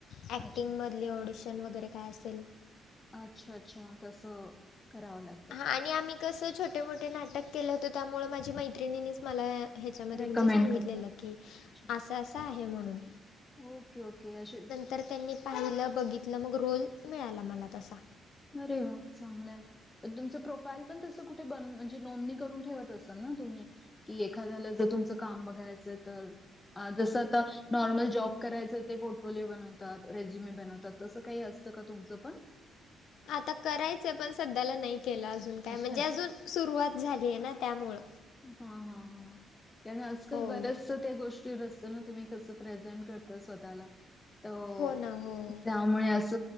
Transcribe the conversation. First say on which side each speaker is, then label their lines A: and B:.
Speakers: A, on the left; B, on the left.
A: ॲक्टिंगमधली
B: अच्छा.
A: ऑडिशन वगैरे काय असेल.
B: अच्छा, अच्छा तस कराव लागतं.
A: हा आणि आम्ही कसं छोटे, मोठे नाटक केलं होतं त्यामुळ माझ्या मैत्रिणीनीच मला ह्याच्यामध्ये
B: रेकमेंड
A: म्हणजे सांगितलेलं
B: करतात.
A: की
B: अच्छा.
A: अस, अस आहे म्हणून.
B: ओके, ओके, अश
A: तर त्यांनी पाहिलं बघितलं मग रुल मिळाला मला तसा.
B: आरे वा चांगले. तुमचं प्रोफाईल पण तसं कुठे ब म्हणजे नोंदणी करून ठेवत असाल ना तुम्ही? कि एखाद्याला जर तुमचं काम बघायचं तर जसं आता नॉर्मल जॉब करायचं ते पोर्टफोलिओ बनवतात रेज्युमे बनवतात. तसं काही असतं का तुमचं पण?
A: आता करायचंय पण सध्याला नाही केलं अजून काय
B: अच्छा.
A: म्हणजे अजून सुरुवात झालीय ना त्यामुळं
B: हा, हा, हा, कारण आजकाल
A: हो.
B: बऱ्याच त्या गोष्टीवर असतं ना तुम्ही कस प्रेझेंट करतो स्वतःला तो
A: हो ना हो
B: त्या त्यामुळे अस